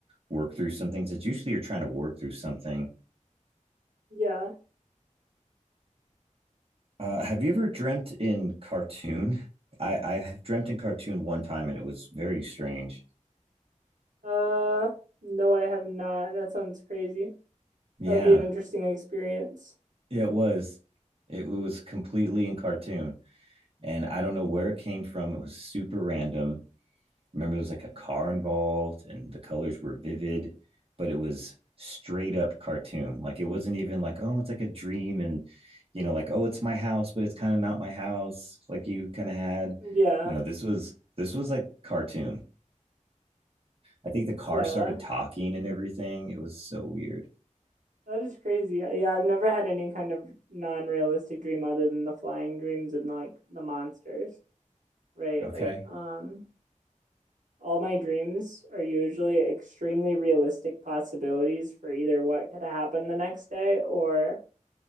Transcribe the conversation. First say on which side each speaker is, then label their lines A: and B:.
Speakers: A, on the right; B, on the right.
A: work through some things. It's usually you're trying to work through something.
B: Yeah.
A: Uh, have you ever dreamt in cartoon? <laughs> I, I have dreamt in cartoon one time and it was very strange.
B: Uh, no, I have not. That sounds crazy.
A: Yeah,
B: That'd be an interesting experience.
A: yeah, it was. It it was completely in cartoon. And I don't know where it came from. It was super random remember there was like a car involved and the colors were vivid, but it was straight up cartoon. Like it wasn't even like, oh, it's like a dream and you know, like, oh, it's my house, but it's kind of not my house, like you kind of had.
B: Yeah.
A: you know, this was this was like cartoon. I think the car
B: Yeah.
A: started talking and everything. It was so weird.
B: That is crazy. Yeah, I've never had any kind of non-realistic dream other than the flying dreams and like the monsters, right?
A: Okay.
B: Like, um, all my dreams are usually extremely realistic possibilities for either what could happen the next day or